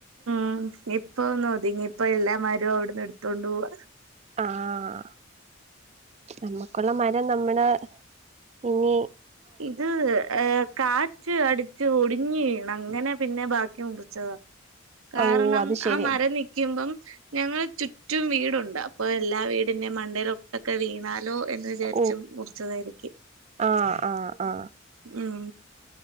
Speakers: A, on the right; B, on the right.
A: ഉം എപ് പ്പൊഒന്ന് ഒതുങ്ങി ഇപ്പൊഎല്ലാമരോം അവിടുന്ന് എടുത്തോണ്ട് പോവാ.
B: ആഹ് നമ്മക്കുള്ളമരം ന്നമ്മള് ഇഞ്ഞി
A: ഇത് ഏ കാറ്റ് അടി ച്ച് ഒടിഞ് വീണ് അങ്ങനെ പിന്നെ ബാക്കി മുറിച്ചതാ കാരണം
B: ഓ അത് ശരി
A: ആ മരം നി ക്കുമ്പം ഞങ്ങള് ചുറ്റുംവീടുണ്ട് അപ്പൊ എല്ലാ വീടിന്റെ മണ്ടയിലൊട്ടൊക്കെ വീണാ ലോ എന്ന് വിചാരിച്ചും
B: ഓ
A: മുർച്ചതായിരിക്കും.
B: ആഹ് ആഹ് ആഹ്
A: ഉം